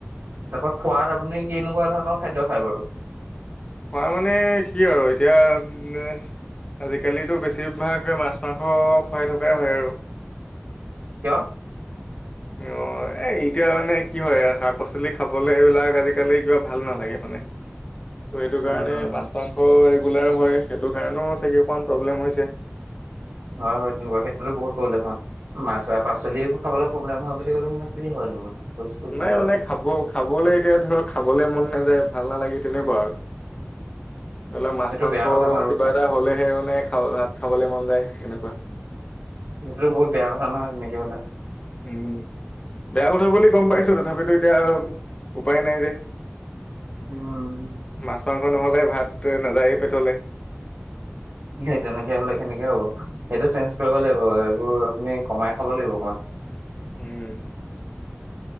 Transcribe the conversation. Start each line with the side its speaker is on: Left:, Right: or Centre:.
Right: তাৰ পৰা খোৱাত আপুনি কেনেকুৱা ধৰণৰ খাদ্য খায় বাৰু
Left: খোৱা মানে কি আৰু এতিয়া এহ আজিকালিতো বেছিভাগ মাছ মাংস খোৱাই থকাই হয় আৰু
Right: কিয়
Left: <unintelligible> এ এতিয়া মানে কি হয় শাক পাচলি খাবলে এইবিলাক আজিকালি কিবা ভাল নালাগে মানে <inaudible> ত' সেইটো
Right: উম,
Left: কাৰণে মাছ মাংস ৰেগুলাৰ হয় সেইটো কাৰণেও চাগে অকণমান প্ৰব্লেম হৈছে
Right: হয় হয় তেনেকুৱা ক্ষেত্ৰতো বহুত প্ৰব্লেম হয় মাছ পাচলি এইবোৰ খাবলৈ প্ৰব্লেম হোৱা বুলি ক'লে মানে কি হয়নো মানে বস্তু বুজি
Left: নাই
Right: পোৱা
Left: মানে খাব খাবলে এতিয়া ধৰক খাবলে মন নাযায় ভাল নালাগে তেনেকুৱা আৰু ধৰি লওক মাছ
Right: সেইটো
Left: মাংস
Right: বেয়া কথা নহয় আৰু।
Left: কিবা এটা হলেহে মানে খাব ভাত খাবলে মন যায় তেনেকুৱা
Right: সেইটোতো বহুত বেয়া কথা নহয় তেনেকে হ'লে
Left: উম বেয়া কথা বুলি গম পাইছো তথাপিতো এতিয়া উপায় নাই যে
Right: উম
Left: মাছ মাংস নহলে ভাত নাযায়েই পেটলে
Right: সেই তেনেকে হলে কেনেকে হ'ব সেইটো চেঞ্জ কৰিব লাগিব এইবোৰ আপুনি কমাই খাব লাগিব অকমান
Left: উম